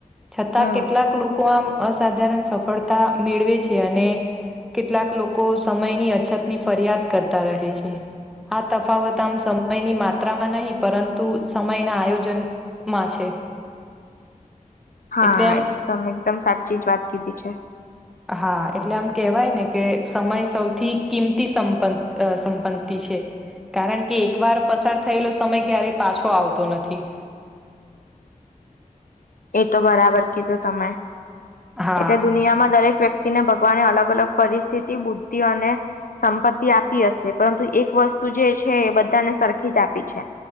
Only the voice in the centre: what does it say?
છતાં
કેટલાક લોકો આમ અસાધારણ સફળતા મેળવે છે અને કેટલાક લોકો સમયની અછતની ફરિયાદ કરતા રહે છે. આ તફાવત આમ સમયની માત્રામાં નહીં પરંતુ સમયના આયોજન માં છે.
એટલે એમ
હા એટલે આમ કેવાય ને કે સમય સૌથી કિંમતી સંપત અ સંપત્તિ છે કારણ કે એક વાર પસાર થયેલો સમય ક્યારે પાછો આવતો નથી
હા